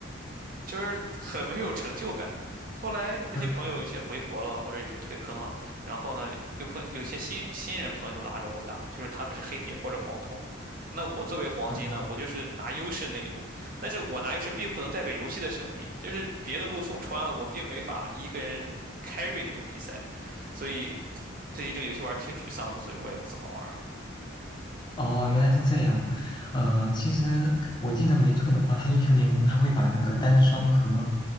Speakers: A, on the right; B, on the left.
A: 就是很没有成就感。后来那些朋友有些回国了，
B: <laughs>。嗯
A: 或者有些退坑了，然后呢，又碰有些新新人朋友拉着我打，就是他们是黑铁或者黄铜，那我作为黄金呢，
B: 嗯
A: 我就是拿优势那一路，但是我拿优势并不能代表游戏的胜利，就是别的路送穿了，我并没法一个人 carry 那种比赛，所以最近这个游戏玩儿挺沮丧的，所以我也不怎么玩儿了。
B: 哦，原来是这样。呃，其实我记得没错的话，它英雄联盟它会把那个单双和